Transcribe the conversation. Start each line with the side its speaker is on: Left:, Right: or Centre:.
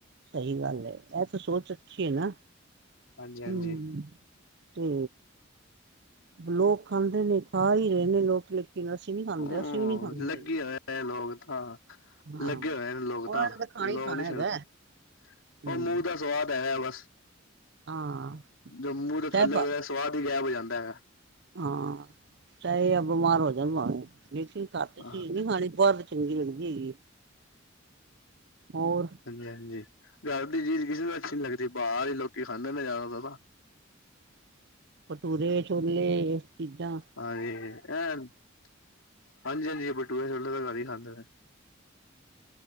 Right: ਸਹੀ ਗੱਲ ਏ ਇਹ ਤਾਂ ਸੋਚ ਅੱਛੀ ਐ ਨਾ
Left: ਹਾਂਜੀ ਹਾਂਜੀ।
Right: ਹੂੰ ਤੇ ਲੋਕ ਖਾਂਦੇ ਨੇ ਖਾ ਹੀ ਰਹੇ ਨੇ ਲੋਕ ਲੇਕਿਨ ਕਿ ਅਸੀਂ ਨ ਖਾਂਦੇ
Left: ਉਹ
Right: ਅਸੀਂ ਵੀ ਨੀ ਖਾਂਦੇ।
Left: ਲੱਗੇ ਹੋਏ ਲੋਕ ਤਾਂ
Right: ਹਾਂ
Left: ਲੱਗੇ ਹੋਏ ਲੋਕ
Right: ਉਹਨਾਂ
Left: ਤਾਂ
Right: ਨੇ ਖਾਣਾ
Left: ਲੋਕ
Right: ਹੀ ਖਾਣਾ
Left: ਨਹੀਂ
Right: ਹੈਗਾ
Left: ਛੱਡਦੇ।
Right: ਹਮ
Left: ਉਹ ਮੂੰਹ ਦਾ ਸਵਾਦ ਹੈਗਾ ਬਸ।
Right: ਹਾਂ
Left: ਜਦੋ ਮੂੰਹ ਦੇ ਥੱਲੇ
Right: ਚਾਹੇ
Left: ਸਵਾਦ ਹੀ ਗਾਇਬ ਹੋ ਜਾਂਦਾ ਹੈਗਾ।
Right: ਹਾਂ ਚਾਹੇ ਆ ਬਿਮਾਰ ਹੋ ਜਾਣ ਭਾਵੇ ਲੇਕਿਨ ਘਰ ਦੀ
Left: ਹਾਂ
Right: ਚੀਜ਼ ਨਹੀਂ ਬਾਹਰ ਚੰਗੀ ਲਗਦੀ ਹੈਗੀ ਏ ਹੋਰ-
Left: ਹਾਂਜੀ- ਹਾਂਜੀ ਘਰ ਦੀ ਚੀਜ਼ ਕਿਸੇ ਨੂੰ ਅਛੀ ਨੀ ਲਗਦੀ ਬਾਹਰ ਹੀ ਲੋਕੀ ਖਾਂਦੇ ਨੇ ਜਿਆਦਾ ਤਰ ਨਾ-
Right: ਭਟੂਰੇ ਛੋਲੇ ਚੀਜਾ -
Left: ਹਾਂਜੀ- ਹਾਂਜੀ- ਹਾਂਜੀ ਭਟੂਰੇ ਛੋਲੇ ਘਰ ਹੀ ਖਾਂਦੇ ਨੇ-